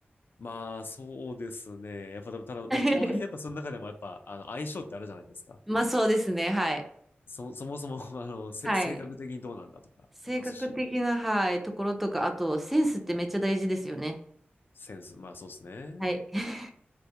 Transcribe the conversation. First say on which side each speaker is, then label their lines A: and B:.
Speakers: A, on the left (about 65°); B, in the centre.
A: まあ、そうですね。やっぱ、でもただ、まあ、
B: <laughs>
A: とはいえ、やっぱその中でもやっぱ、あの、相性ってあるじゃないですか。
B: まあそうですね。はい。
A: そ、そもそも、<laughs> あの、せ、
B: はい。
A: 性格的にどうなんだとかありますし、
B: 性格的な、はい、ところとか、あとセンスってめっちゃ大事ですよね。
A: センス、まあそうですね。
B: はい。<laughs>